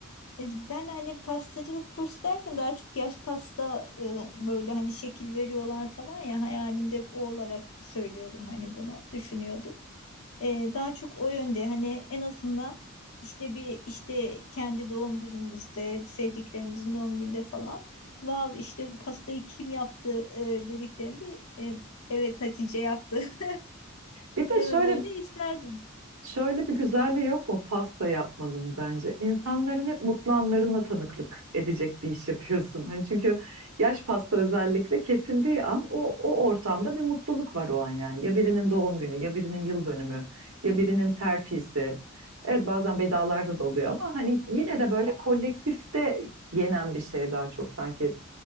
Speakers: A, on the left; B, on the right.
A: E, Ben hani pastacılık kursu derken daha çok yaş pasta e, böyle hani şekil veriyorlar falan ya hayalimde hep o olarak söylüyordum hani bunu düşünüyordum. E, daha çok o yönde hani en azından işte bir işte kendi doğum günümüzde sevdiklerimizin doğum günde falan vav işte bu pastayı kim yaptı e, dediklerinde e, evet Hatice yaptı <laughs>
B: Bir de
A: demelerini
B: şöyle
A: isterdim.
B: Şöyle bir güzelliği yok mu pasta yapmanın bence? İnsanların hep mutlu anlarına tanıklık edecek bir iş yapıyorsun. Hani çünkü yaş pasta özellikle kesildiği an o, o ortamda bir mutluluk var o an yani. Ya birinin doğum günü, ya birinin yıl dönümü, ya birinin terfisi. Evet bazen vedalarda da oluyor ama hani yine de böyle kolektifte yenen bir şey daha çok sanki